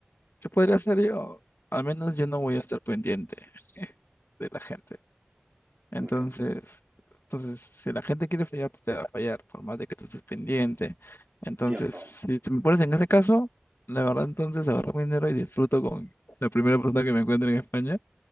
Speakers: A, on the left (about 65°); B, on the right (about 30°).
A: ¿qué podría hacer yo? Al menos yo no voy a estar pendiente <laughs> de la gente. Entonces,
B: Muy bien,
A: entonces, si la gente quiere fallar, pues te va a fallar, por más de que tú estés pendiente. Entonces,
B: cierto.
A: si te me pones en ese caso, la verdad, entonces agarro mi dinero y disfruto con la primera persona que me encuentre en España.